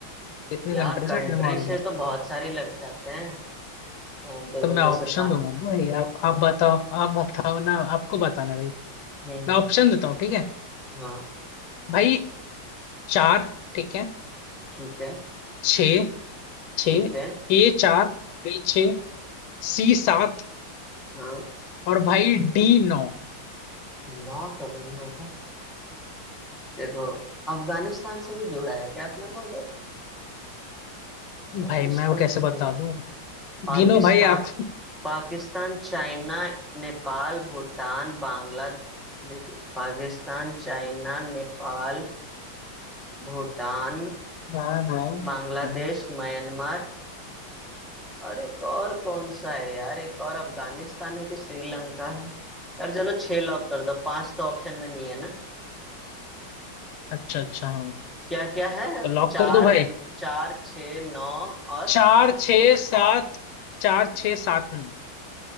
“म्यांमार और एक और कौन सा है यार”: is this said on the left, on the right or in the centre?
Centre